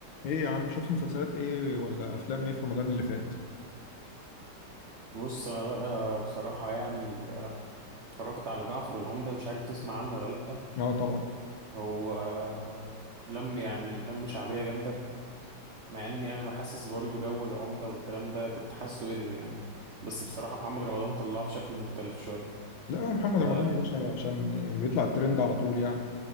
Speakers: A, on the left; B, on the right.
A: ايه يا عم شفت مسلسلات ايه ولا افلام ايه في رمضان اللي فات
B: بص انا بقى بصراحة يعني آه، اتفرجت على جعفر العمدة مش عارف تسمع عنه ولا لأ
A: اه طبعا
B: هو آه، لم يعني لم شعبية جامدة مع اني يعني انا حاسس برضه جو العمدة والكلام ده كنت حاسه قدم يعني بس بصراحة محمد رمضان طلعه في شكل مختلف شوية
A: لا هو محمد
B: ف
A: رمضان يا باشا عشان بيطلع الترند على طول يعني